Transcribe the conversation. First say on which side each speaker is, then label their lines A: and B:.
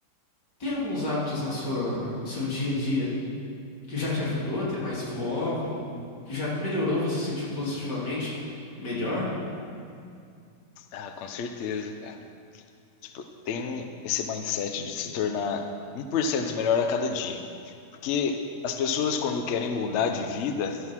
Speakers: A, on the left; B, on the left.
A: Tem alguns hábitos na sua, no seu dia a dia que já te ajudou a ter mais foco, que já melhorou, você sentiu positivamente melhor?
B: Ah, com certeza, cara. Tipo, tem esse mindset de se tornar um por cento melhor a cada dia. Porque as pessoas, quando querem mudar de vida,